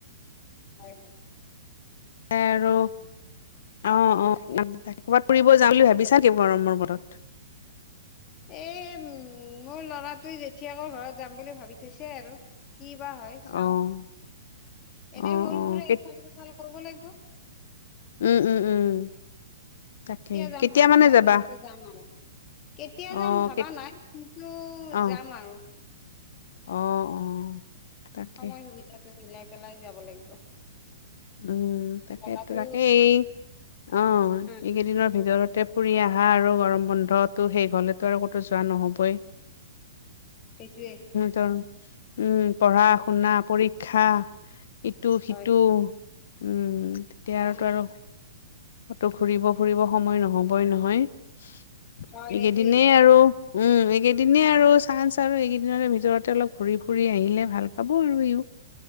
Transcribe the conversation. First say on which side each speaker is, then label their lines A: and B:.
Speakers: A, on the left (about 30°); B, on the left (about 65°).
A: হয় হয়
B: এ আৰু অ অ ক'বাত ফুৰিব যাওঁ বুলি ভাবিছা নি গৰমৰ বতৰত
A: এ উম মোৰ লৰাটোয়ে জেথিয়েকৰ ঘৰত যাম বুলি ভাবি থৈছে আৰু কি বা হয় চাওঁ
B: অ'। অ
A: এনে সৰুবোৰে
B: অ কেত
A: ইফাল সিফালে কৰিব লাগিব
B: উম উম উম তাকে
A: যাম
B: কেতিয়া
A: ভাবা
B: মানে
A: নাই
B: যাবা
A: কিন্তু যাম আৰু কেতিয়া
B: অ
A: যাম ভাবা
B: কেত
A: নাই কিন্তু
B: অ
A: যাম আৰু
B: অ অ তাকে
A: সময় সুবিধাটো মিলাই পেলাই যাব লাগিব
B: উম তাকেতো
A: জেগাটো
B: তাকেই অ
A: উম
B: এইকেইদিনৰ ভিতৰতে ফুৰি আহা আৰু গৰম বন্ধতটো শেষ হলেতো আৰু ক'তো যোৱা নহ'বই
A: সেইটোৱে
B: ত উম পঢ়া শুনা পৰীক্ষা ইটো
A: হয়
B: সিটো উম তেতিয়াতো
A: অ
B: আৰু কতো ঘুৰিব ফুৰিব সময় নহবই নহয় এইকেইদিনে
A: হয় সেইটোৱে
B: আৰু উম এইকেইদিনে আৰু চান্স আৰু এইকেইদিনৰে ভিতৰতে অলপ ঘূৰি ফুৰি আহিলে ভাল পাব আৰু ইও